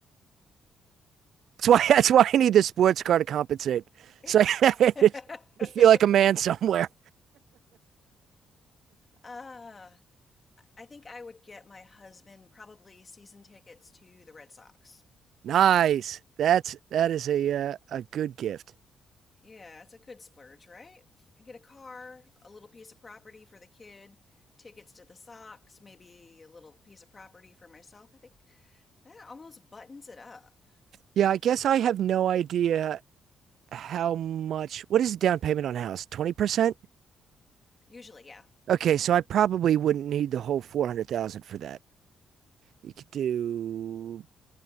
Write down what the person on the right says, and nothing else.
that's why <laughs> that's why I need the sports car to compensate.
So <laughs> I just feel like a man somewhere.
Nice. That's that is a uh, a good gift.
Yeah, I guess I have no idea how much. What is the down payment on a house? Twenty percent.
Okay, so I probably wouldn't need the whole four hundred thousand for that. You could do